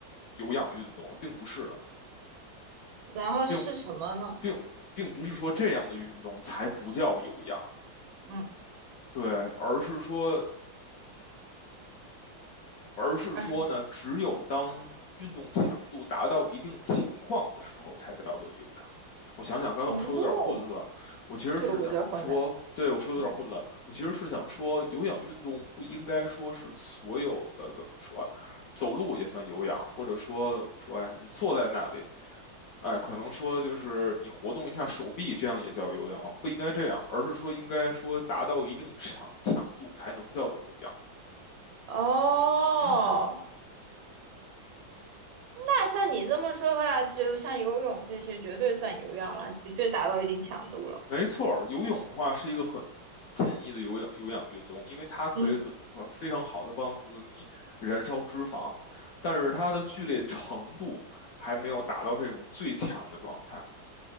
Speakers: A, on the left; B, on the right.
A: 有氧运动了，并不是的，
B: 然后是什么呢？
A: 并并并不是说这样的运动才不叫有氧。
B: 嗯，
A: 对，而是说而是说呢，
B: 二十
A: 只有当运动强度达到一定情况的时候，才叫做有氧。我想想，刚才我说有点混乱，
B: 哦，
A: 我其实是想说，
B: 对我有点混乱。
A: 对我说有点混乱，
B: 嗯
A: 我其实是想说，有氧运动不应该说是所有的怎么说啊走路也算有氧，或者说说呀，你坐在那里，哎，可能说就是你活动一下手臂，这样也叫有氧，不应该这样，而是说应该说达到一定强强度才能叫做有氧。
B: 哦，
A: 嗯，
B: 那像你这么说的话，就像游泳这些，绝对算有氧了，的确达到一定强度了。
A: 没错儿，游泳的话是一个很建议的有氧有氧运动，因为它可以怎么说，
B: 嗯
A: 非常好的帮助你燃烧脂肪，但是它的剧烈程度还没有达到这种最强的状态。